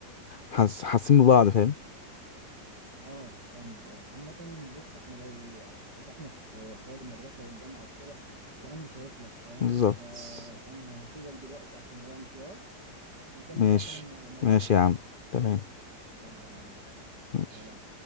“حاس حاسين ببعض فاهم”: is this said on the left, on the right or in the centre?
Left